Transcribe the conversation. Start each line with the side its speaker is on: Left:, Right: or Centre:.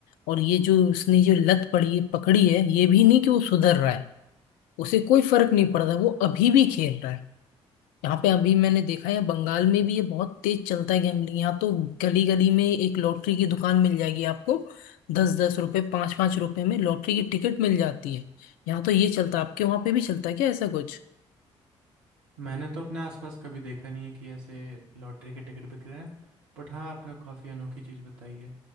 Left: और ये जो उसने जो लत पड़ी है पकड़ी है ये भी नहीं कि वो सुधर रहा है उसे कोई फर्क नहीं पड़ रहा वो अभी भी खेल रहा है यहाँ पे अभी मैंने देखा है बंगाल में भी ये बहुत तेज चलता है गैम्बलिंग यहाँ तो गली गली में एक लॉटरी की दुकान मिल जाएगी आपको दस दस रुपए पांच पांच रुपए में लॉटरी की टिकट मिल जाती है यहाँ तो ये चलता है आपके वहां पे भी चलता है क्या ऐसा कुछ
Right: मैंने तो अपने आसपास कभी देखा नहीं है कि ऐसे लॉटरी के टिकट बिक रहे हैं बट हाँ आपने काफ़ी अनोखी चीज़ बताई है